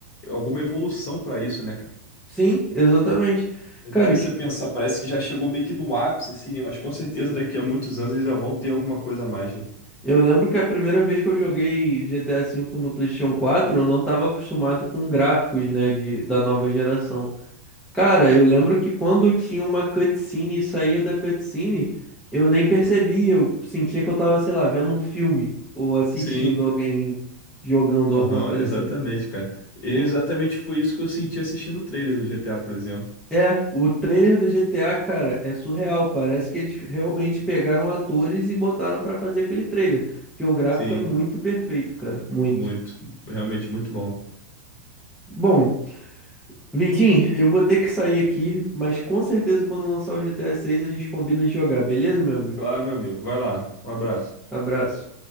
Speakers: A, on the left (about 25°); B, in the centre.
A: Alguma evolução pra isso, né, cara?
B: Sim, exatamente.
A: É
B: Cara,
A: difícil
B: que
A: você pensar. Parece que já chegou meio que no ápice, assim, né? Mas com certeza daqui a muitos anos eles já vão ter alguma coisa a mais, né?
B: Eu lembro que a primeira vez que eu joguei GTA V no PlayStation 4, eu não estava acostumado com gráficos, né, de, da nova geração. Cara, eu lembro que quando tinha uma cutscene e saía da cutscene, eu nem percebia, eu sentia que eu tava, sei lá, vendo um filme ou assistindo
A: Sim,
B: alguém jogando
A: aham,
B: alguma coisa
A: exatamente,
B: assim.
A: cara. E exatamente
B: Por-
A: foi isso que eu senti assistindo o trailer do GTA, por exemplo.
B: É, o trailer do GTA, cara, é surreal. Parece que eles realmente pegaram atores e botaram pra fazer aquele trailer, porque o gráfico
A: Sim,
B: é muito perfeito, cara, muito.
A: muito. Realmente muito bom.
B: Bom, Vitinho, eu vou ter que sair aqui, mas com certeza quando lançar o GTA 6 a seis a gente combina de jogar, beleza, meu amigo?
A: Claro, meu amigo. Vai lá. Um abraço.
B: Abraço.